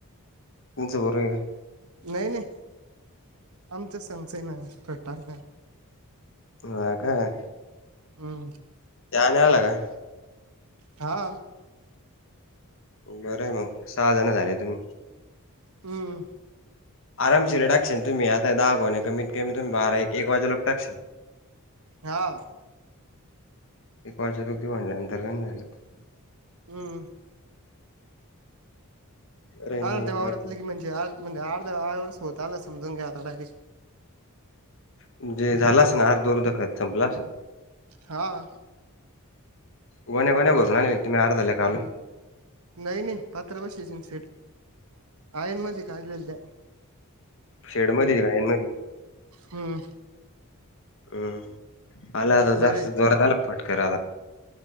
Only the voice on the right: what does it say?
नाही नाही, आमचं आमचं आहे ना पटांगण.
हम्म.
हां
हम्म.
हां.
हम्म.
अर्ध्यावावरतलं
की म्हणे आ म्हणजे अर्धवरच होत आला समजून घ्या आता डायरेक्ट.
हां.
नाही नाही, पात्र बस शेट, आहे ना मध्ये काढलेलं त्या.
हम्म
बरं
आहेत